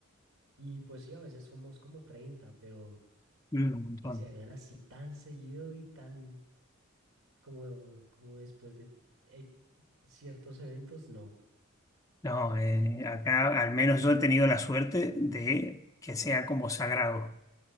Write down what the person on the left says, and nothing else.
Mm, un montón.
No, eh, acá al menos yo he tenido la suerte de que sea como sagrado.